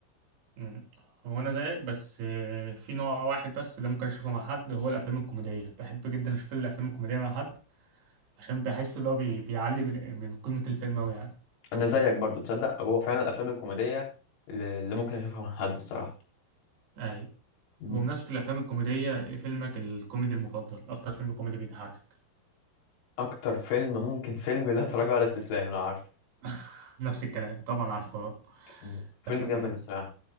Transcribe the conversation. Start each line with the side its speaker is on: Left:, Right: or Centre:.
Right: مم. هو انا زيك بس آه، في نوع واحد بس اللي ممكن اشوفه مع حد هو الافلام الكوميديه بحب جدا اشوف الافلام الكوميديه مع حد عشان بحس ان هو بي- بيعلي من من قيمه الفيلم اوي يعني
Left: انا زيك برضو تصدق هو فعلا الافلام الكوميديه اللي اللي ممكن اشوفها مع حد الصراحه
Right: اي
Left: م-
Right: بمناسبه الافلام الكوميديه ايه فيلمك الكوميدي المفضل اكتر فيلم كوميدي بيضحكك
Left: اكتر فيلم ممكن فيلم لا تراجع ولا استسلام لو عارفه
Right: <laughs> نفس الكلام طبعا عارفه آه.
Left: م. فيلم
Right: نفس الكلام
Left: جامد الصراحه